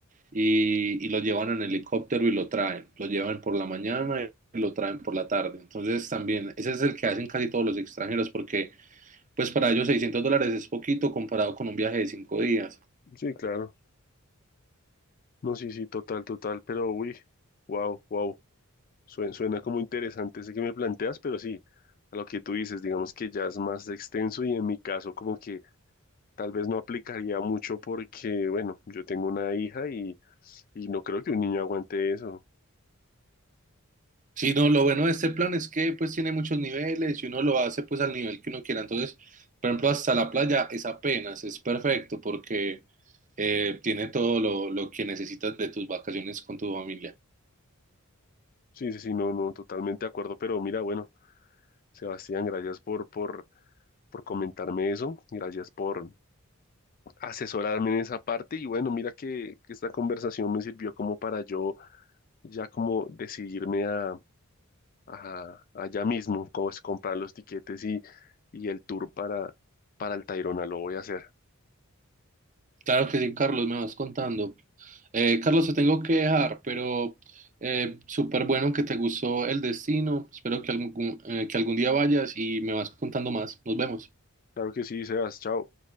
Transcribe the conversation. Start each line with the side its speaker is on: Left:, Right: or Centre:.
Right: y, y lo llevan en helicóptero y lo traen. Lo llevan por la mañana y lo traen por la tarde. Entonces también, ese es el que hacen casi todos los extranjeros porque pues para ellos 600 dólares es poquito comparado con un viaje de cinco días.
Left: Sí, claro. No, sí, sí, total, total. Pero, uy, wow, wow. Suena, suena como interesante ese que me planteas, pero sí, a lo que tú dices, digamos que ya es más extenso y en mi caso como que tal vez no aplicaría mucho porque, bueno, yo tengo una hija y, y no creo que un niño aguante eso.
Right: Sí, no, lo bueno de este plan es que pues tiene muchos niveles y uno lo hace pues al nivel que uno quiera. Entonces, por ejemplo, hasta la playa es apenas, es perfecto porque eh, tiene todo lo, lo que necesitas de tus vacaciones con tu familia.
Left: Sí, sí, sí, no, no, totalmente de acuerdo. Pero mira, bueno, Sebastián, gracias por, por, por comentarme eso. Gracias por asesorarme en esa parte y bueno, mira que, que esta conversación me sirvió como para yo ya como decidirme a, a- a ya mismo, como es comprar los tiquetes y, y el tour para, para el Tayrona, lo voy a hacer.
Right: Claro que sí, Carlos, me vas contando. Eh, Carlos, te tengo que dejar, pero eh, súper bueno que te gustó el destino. Espero que algún, eh, que algún día vayas y me vas contando más. Nos vemos.
Left: Claro que sí, Sebas, chao.